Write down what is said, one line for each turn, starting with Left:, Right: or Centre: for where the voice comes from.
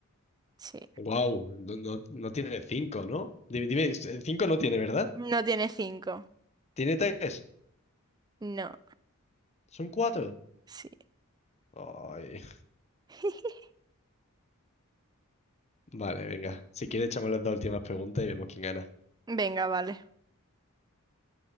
Right: Sí.
Left: Wow, no, no, no tiene cinco, ¿no? Dime, dime, eh, cinco no tiene, ¿verdad?
Right: No tiene cinco.
Left: Tiene tres.
Right: No.
Left: Son cuatro.
Right: Sí.
Left: Ay,
Right: <laughs>
Left: vale, venga. Si quieres, echamos las dos últimas preguntas y vemos quién gana.
Right: Venga, vale.